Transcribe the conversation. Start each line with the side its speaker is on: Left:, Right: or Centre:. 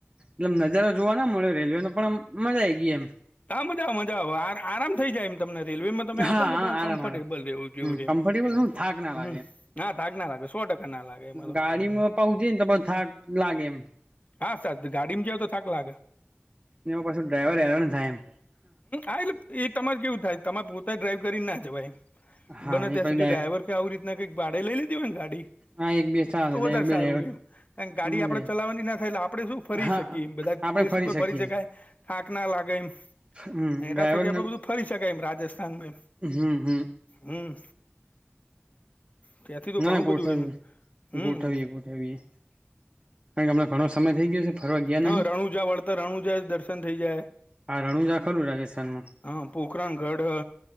Right: મલમ નજારો જોવા ના મળે રેલવે નો પણ આમ મજા આઈ ગઈ એમ.
Left: હા મજા આવ મજા આવ આ આરામ થઈ જાય એમ. તમને રેલવેમાં તમે આવતા
Right: હા
Left: ને
Right: હા
Left: તમાર
Right: આરામ
Left: કમ્ફર્ટેબલ
Right: આરામ
Left: રહેવું જોવું
Right: હમ
Left: રેમ
Right: કમ્ફર્ટેબલ શું થાક ના લાગે
Left: હમ. ના થાક ના લાગે સો ટકા. ના લાગે એમાં તો
Right: ગાડીમાં પહુંચે ને તો બઉ થાક લાગે એમ.
Left: હા સર ગાડી માં જવ તો થાકલાાગા
Right: એમાં પાછું ડ્રાઈવર હેરાન થાય એમ
Left: ાલે એ તમારે કેવું થાય તમારે પોતા ડ્રાઈવ કરી ના જવાય
Right: હા
Left: બને
Right: એ
Left: ત્યાં
Right: પછી
Left: સુધી ડ્રાઈવર કે આવી રીતના કઈક ભાે લઈ લીધ હોયને ગાડી
Right: હા એક બે ચાલે
Left: તો વધારે
Right: એક બે
Left: સારું
Right: ડ્રાઈવર
Left: રે એમ કારણ ગાડી
Right: મજા
Left: આપડે
Right: આઈ.
Left: ચલાવાની ના થ એટલે આપડણે શું ફરી
Right: હા
Left: શકીએ બધા
Right: આપણે
Left: પ્લેસ ઉપર
Right: શકીએ
Left: ફરી શકાય થાંક ના લાગે એમ
Right: હમ
Left: એના
Right: ડ્રાઈવરને
Left: થકી આપડું બધું ફરી શકાય એમ રાજસ્થાનમાં એમ
Right: હમ હમ
Left: હમ ત્યાંથી તો
Right: ના
Left: ઘણું
Right: ના ગોઠવીએ
Left: બધું એમ હમ
Right: ગોઠવીએ કારણ કે હમણા ઘણો સમય થઇ ગયો છે ફરવા ગયા
Left: હા
Right: નહી
Left: રણુ જા વળતા રણુ જાય દર્શન થઇ જાય
Right: હ રણુઝા ખરું રાજસ્થાનમાં
Left: હ પોોખરણગઢ